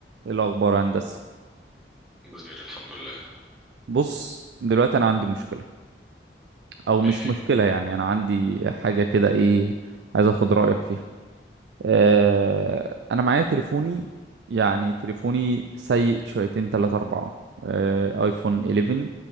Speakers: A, on the right; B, in the centre.
A: ايه الاخبار يا هندسه
B: بخير الحمد لله
A: بص دلوقتي انا عندي مشكله او مش
B: ايه هي
A: مشكله يعني انا عندي حاجه كده ايه عايز اخد رايك فيها آه انا معايا تليفوني يعني تليفوني سيء شويتين تلاتة اربعة آه ايفون 11